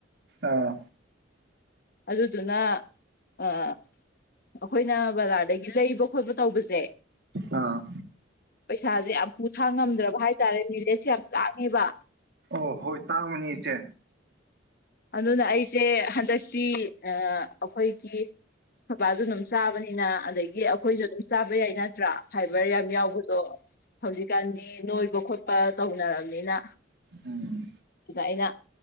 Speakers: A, on the right; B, on the left.
A: ꯑꯥ
B: ꯑꯗꯨꯗꯨꯅ ꯑ ꯑꯩꯈꯣꯏꯅ ꯕꯖꯥꯔꯗꯒꯤ ꯂꯩꯕ ꯈꯣꯠꯄ ꯇꯧꯕꯁꯦ
A: ꯑꯥ
B: ꯄꯩꯁꯥꯁꯦ ꯌꯥꯝ ꯄꯨꯊꯥꯡ ꯉꯝꯗ꯭ꯔꯕ ꯍꯥꯏꯇꯥꯔꯦ ꯃꯤꯂꯦꯠꯁꯦ ꯌꯥꯝ ꯇꯥꯡꯉꯦꯕ
A: ꯑꯣ ꯍꯣꯏ ꯇꯥꯡꯕꯅꯤ ꯏꯆꯦ
B: ꯑꯗꯨꯅ ꯑꯩꯁꯦ ꯍꯟꯗꯛꯇꯤ ꯑꯩꯈꯣꯏꯒꯤ ꯊꯕꯥꯁꯨ ꯑꯗꯨꯝ ꯆꯥꯕꯅꯤꯅ ꯑꯗꯒꯤ ꯑꯩꯈꯣꯏꯁꯨ ꯑꯗꯨꯝ ꯆꯥꯕ ꯌꯥꯏ ꯅꯠꯇ꯭ꯔꯥ ꯐꯥꯏꯕꯔ ꯌꯥꯝ ꯌꯥꯎꯕꯗꯣ ꯍꯧꯖꯤꯛꯀꯥꯟꯗꯤ ꯅꯣꯏꯕ ꯈꯣꯠꯄ ꯇꯧꯅꯔꯕꯅꯤꯅ
A: ꯎꯝ
B: ꯑꯗꯨꯗ ꯑꯩꯅ